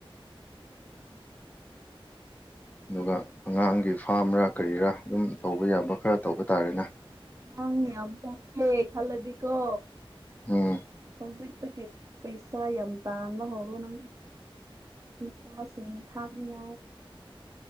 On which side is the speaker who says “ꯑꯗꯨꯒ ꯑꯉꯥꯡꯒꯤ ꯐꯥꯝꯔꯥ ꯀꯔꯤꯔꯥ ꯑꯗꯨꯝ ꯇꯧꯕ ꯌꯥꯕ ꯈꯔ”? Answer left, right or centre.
Left